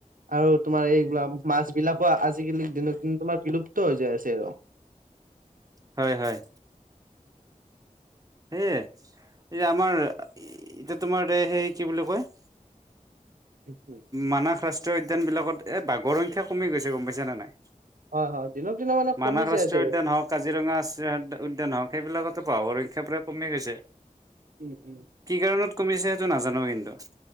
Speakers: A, on the right; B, on the right.
A: আৰু তোমাৰ এইবিলাক মাছ বিলাকো আজিকালি দিনে দিন তোমাৰ বিলুপ্ত হৈ যায় আছে ৰ
B: হয় হয় সেয়ে এই আমাৰ এতিয়া তোমাৰ এই সেই কি বুলি কয়
A: উম।
B: মানাস ৰাচ ৰাষ্টীয় উদ্যান বিলাকত এ বাগৰ সংখ্যা কমি গৈছে গম পাইছা নে নাই
A: হয় হয় দিনক দিনে মানে কমি
B: মানস
A: যাই
B: ৰাষ্ট্ৰীয়
A: আছে আৰু।
B: উদ্যান হওক কাজিৰঙাছ উ উদ্যান হওক সেইবিলাকতো বাঘৰ সংখ্যা পুৰা কমি গৈছে
A: উম উম
B: কি কাৰণত কমিছে সেইটো নাজানো কিন্তু